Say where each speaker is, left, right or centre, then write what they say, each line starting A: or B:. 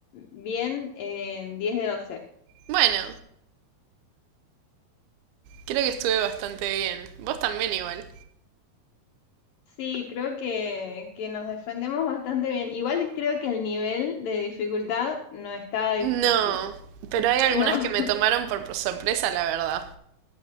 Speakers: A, on the left (about 70°); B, on the right (about 75°).
A: bien en 10 de 12.
B: Bueno, creo que estuve bastante bien. Vos también igual.
A: Sí, creo que, que nos defendemos bastante bien. Igual creo que el nivel de dificultad no está difícil.
B: No, pero hay algunas
A: No, <laughs>
B: que me tomaron por sorpresa, la verdad.